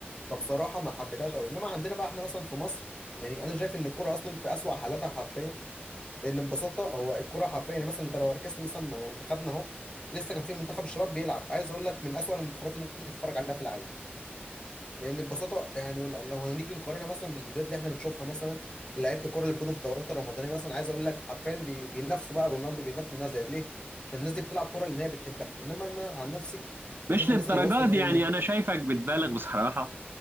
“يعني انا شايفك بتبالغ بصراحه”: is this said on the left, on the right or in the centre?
Right